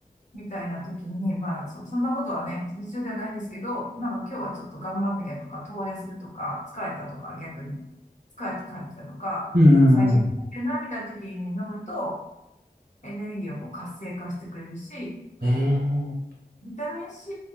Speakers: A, on the left; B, on the right.
A: みたいな時に、まあ、そ、そんなことはね、日常ではないんですけど、なんか今日はちょっと頑張んなきゃとか、遠出するとか、疲れたとか、逆に、疲れて帰ってきたとか、
B: うんうんうん。
A: 最近疲れてるな、みたいな時に飲むと、エネルギーをこう活性化してくれるし、
B: ええ
A: ビタミン C